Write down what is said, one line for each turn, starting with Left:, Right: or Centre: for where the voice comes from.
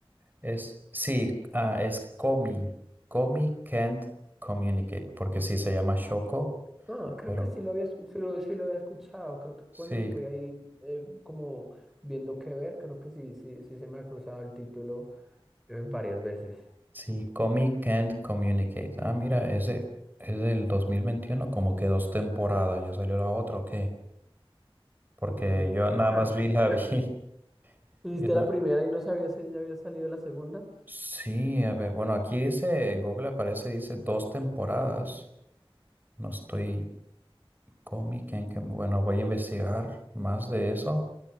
Right: Es, sí, ah, es Komi. Komi can't communicate, porque sí se llama Shoko,
Centre: No, creo
Right: pero
Centre: que sí lo había, escu- sí lo, sí lo había escuchado. Creo que
Right: sí,
Centre: cuando estoy ahí eh, como viendo qué ver, creo que sí, sí, sí se me ha cruzado el título eh, varias veces.
Right: sí, Komi can't communicate. Ah, mira, ese es del 2021, como que dos temporadas, ¿ya salió la otra o qué? Porque
Centre: Mm,
Right: yo nada
Centre: ah,
Right: más vi la vi.
Centre: eh,
Right: <laughs>
Centre: ¿Y viste
Right: Yo na-
Centre: la primera y no sabías si ya había salido la segunda?
Right: Sí, a ver, bueno, aquí dice, en Google aparece, dice dos temporadas. No estoy Comic en que- bueno, voy a investigar más de eso